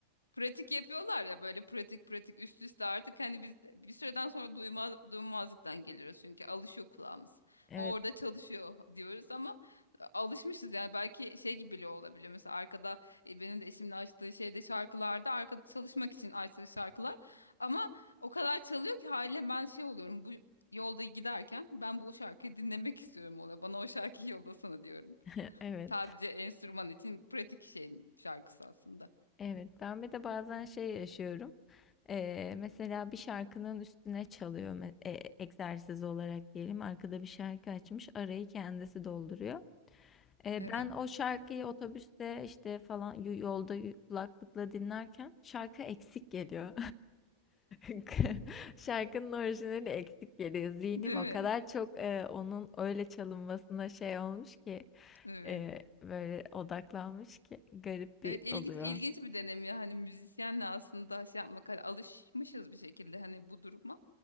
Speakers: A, on the left; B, on the left.
A: pratik yapıyorlar ya böyle pratik pratik üst üste artık hani biz bir süreden sonra duymaz, duymazlıktan geliyoruz çünkü alışıyor kulağımız.
B: evet
A: O orada çalışıyor diyoruz ama e, alışmışız yani belki şey gibi bile olabiliyor. Mesela arkada e, benim de eşimin açtığı şeyde şarkılarda arkada çalışmak için açtığı şarkılar ama o kadar çalıyor ki haliyle ben şey oluyorum bu yolda giderken ben bu şarkıyı dinlemek istiyorum ona bana o şarkıyı yollasana diyorum.
B: <laughs> evet
A: Sadece enstrüman için pratik şey şarkısı aslında.
B: evet ben bir de bazen şey yaşıyorum. E, mesela bir şarkının üstüne çalıyor me- e, egzersiz olarak diyelim. Arkada bir şarkı açmış arayı kendisi dolduruyor. E,
A: Evet.
B: ben o şarkıyı otobüste işte falan y- yolda y- kulaklıkla dinlerken şarkı eksik geliyor. <laughs> Şarkının orijinali eksik geliyor. Zihnim
A: Değil
B: o
A: mi?
B: kadar çok e, onun öyle çalınmasına şey olmuş ki
A: Evet.
B: e, böyle odaklanmış ki garip bir
A: Evet ilginç
B: oluyor.
A: ilginç bir deneyim ya hani müzisyenle aslında şey yapmak hani alışmışız bir şekilde hani bu duruma